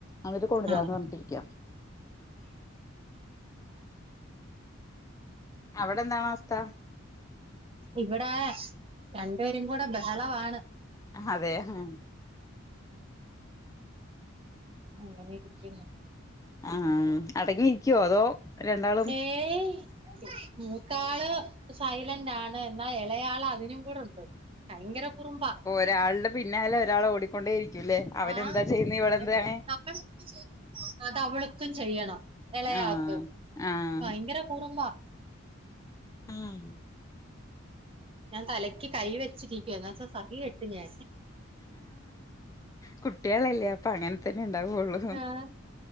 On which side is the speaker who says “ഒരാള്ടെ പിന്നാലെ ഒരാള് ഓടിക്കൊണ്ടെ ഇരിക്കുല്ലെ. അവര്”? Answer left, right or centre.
Left